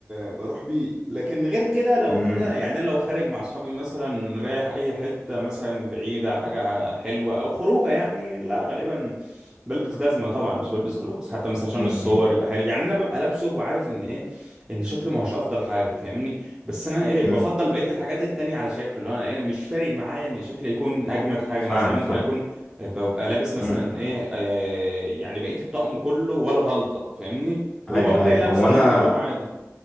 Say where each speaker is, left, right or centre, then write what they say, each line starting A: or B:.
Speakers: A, on the right; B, on the left.
A: بروح بيه لكن غير كده لو
B: امم
A: كده يعني أنا لو خارج مع اصحابي مثلا رايح اي حته مثلا بعيده حاجه حلوه او خروجه يعني لا غالبا بلبس جزمه طبعا مش بلبس كلوكس حتى مثلا عشان
B: امم
A: الصور يبقى حلو يعني انا ببقى لابسه وعارف ان ايه ان شكله مش افضل حاجه فاهمني بس انا ايه بفضل
B: امم
A: بقيه الحاجات التانية على شكله اللي هو انا أنا مش فارق معايا ان شكلي يكون اجمد حاجه
B: فاهمك
A: مثلا يعني ممكن
B: فاهم
A: اكون ببقى لابس مثلا
B: امم
A: ايه آه يعني بقية الطقم كله ولا غلطة فاهمني وبقوم
B: ايوه
A: جاي
B: ايوه
A: لابسه
B: هو
A: برضه
B: انا
A: اللي هو عادي